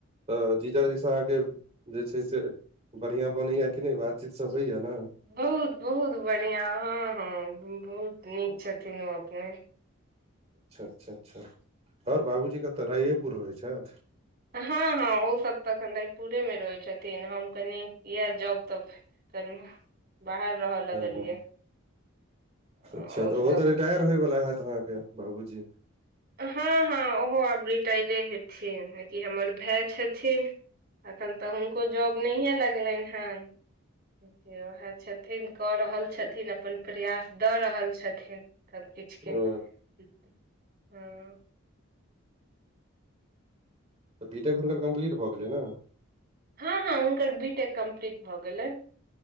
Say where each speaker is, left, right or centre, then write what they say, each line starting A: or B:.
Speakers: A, on the right (about 30°); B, on the right (about 45°).
A: तऽ जीजा जैसँ। अहाँके जे छै। से बढ़िआँ बनैया कि नहि बातचीत सभ होइया ने।
B: बहुत बहुत बढ़िया। हँ हँ बहुत नीक छथिन। ओ अपने।
A: अच्छा अच्छा अच्छा आओर बाबूजी कतऽ राइएपुर। रहै छथिन।
B: हँ हँ ओ सभ तऽ एखन रयपुरेमे रहै छथिन। हम कनि इएह जब तब। कनि। बाहर रहऽ लगलियै।
A: ओ
B: अ,
A: अच्छा
B: ओ
A: तऽ ओहो
B: सब
A: तऽ रिटायर
B: ओते
A: होयवला। हत अहाँके। बाबूजी।
B: हँ हँ ओहो आब। रिटायरे हेथिन। कि हमर भाय छथिन। अखन। तऽ हुनको जॉब नहिये लगलनि हन। देखियौ उएह। छथिन कऽ रहल छथिन अप्पन। प्रयास दऽ रहल छथिन। सभ किछुके
A: ओ
B: हँ
A: बी टेक फहु नकर कम्प्लीट भऽ गेलै ने?
B: हँ हँ हुनकर बी टेक कम्प्लीट भऽ गेलनि।